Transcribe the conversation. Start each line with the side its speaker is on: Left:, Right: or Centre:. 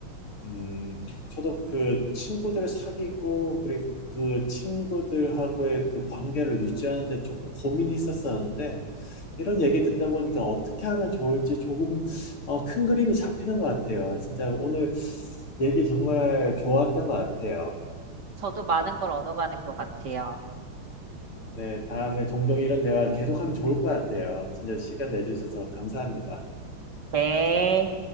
Left: 음, 저도 그 친구들을 사귀고, 그리고 그 친구들하고의 그 관계를 유지하는 데 조금 고민이 있었었는데, 이런 얘기 듣다 보니까 어떻게 하면 좋을지 조금, 어, 큰 그림이 잡히는 것 같아요. 진짜 오늘 얘기 정말 좋았던 것 같아요.
Right: 저도 많은 걸 얻어가는 것 같아요.
Left: 네, 다음에 종종 이런 대화 계속하면 좋을 것 같아요. 진짜 시간 내주셔서 감사합니다.
Right: 네.